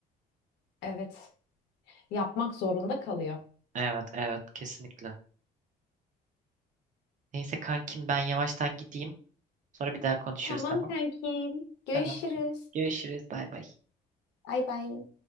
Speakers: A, on the left; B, on the right.
A: Evet. Yapmak zorunda kalıyor.
B: Evet, evet, kesinlikle. Neyse kankim ben yavaştan gideyim. Sonra bir daha konuşuruz
A: Tamam
B: tamam?
A: kankim. Görüşürüz.
B: Tamam. Görüşürüz. Bay bay.
A: Bay bay.